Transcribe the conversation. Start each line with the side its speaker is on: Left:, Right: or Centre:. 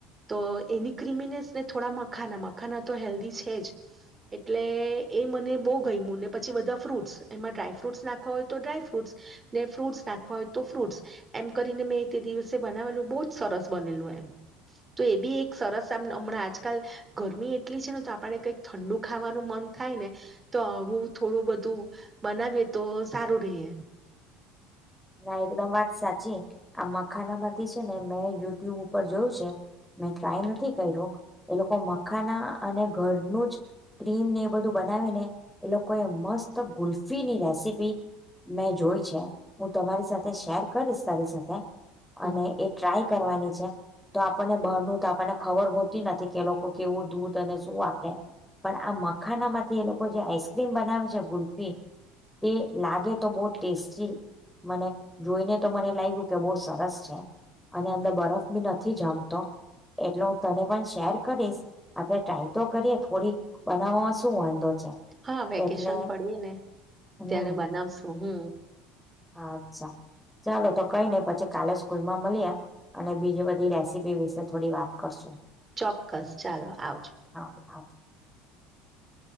Right: તો એની ક્રિમીનેસ ને થોડા મખાના મખાના તો હેલ્ધી છે જ એટલે એ મને બહ ગઈમું ને પછી બધા ફ્રૂટસ એમાં ડ્રાયફ્રૂટ્સ નાખવા હોય તો ડ્રાયફ્રૂટ ને ફ્રૂટ્સ નાખવા હોય તો ફ્રૂટસ. એમ કરીને મેં તે દિવસે બનાવેલું બહુ જ સરસ બનેલું એમ. તો એ બી એક સરસ આમ હમણાં આજકાલ ગરમી એટલી છે ને તો આપણે કંઈક ઠંડુ ખાવાનું મન થાય ને તો આવું થોડું બધું બનાવીએ તો સારું રહી એમ.
Centre: ના એકદમ વાત સાચી આ મખાના માંથી છે ને મેં યુટ્યુબ ઉપર જોયું છે. મેં ટ્રાય નથી કયરૂ એ લોકો મખાના અને ઘરનું જ ક્રીમને એ બધું બનાવીને એ લોકોએ મસ્ત ગુલ્ફીની રેસીપી મેં જોઈ છે. હું તમારી સાથે શેર કરીશ તારી સાથે.
Right: હમ
Centre: અને એ ટ્રાય. કરવાની છે, તો આપણને બરનું તો આપણને ખબર હોતી નથી કે એ લોકો કેવું દૂધ અને શું વાપરે પણ આ મખાના માંથી એ લોકો જે આઈસ્ક્રીમ બનાવે છે, ગુલ્ફી તે લાગે તો બહ ટેસ્ટી. મને જોઈને તો મને લાગ્યું કે બહુ સરસ છે અને અંદર બરફ બી નથી જમતો એટલે હું તને પણ શેર કરીશ આપડે ટ્રાય તો કરીએ થોડી બનાવવામાં શું વાંધો. છે
Right: હા વેકેશન
Centre: એટલે
Right: પડી ને
Centre: હમ
Right: ત્યારે બનાવશું હું.
Centre: અચ્છા ચાલો તો કઈ નને પછી કાલે સ્કૂલ માં મળી્યા અને બીજી બધી રેસીપી વિશે થોડી વાત કરશું.
Right: ચોક્કસ ચાલો આવજો.
Centre: હા હા